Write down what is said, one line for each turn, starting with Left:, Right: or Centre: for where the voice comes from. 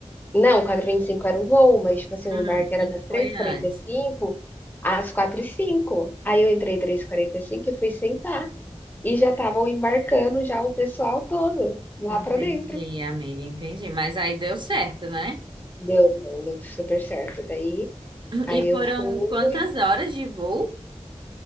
Left: Não, quatro e vinte e cinco era o voo, mas tipo assim,
Right: Hum,
Left: o embarque
Right: isso
Left: era das três
Right: foi
Left: e
Right: antes.
Left: quarenta e cinco às quatro e cinco Aí eu entrei três e quarenta e cinco e fui sentar. E já estavam embarcando já o pessoal todo lá
Right: Entendi,
Left: pra dentro.
Right: amiga, entendi. Mas aí deu certo, né?
Left: Deu bom, deu super certo. Daí, aí
Right: E foram
Left: eu fui
Right: quantas horas de voo?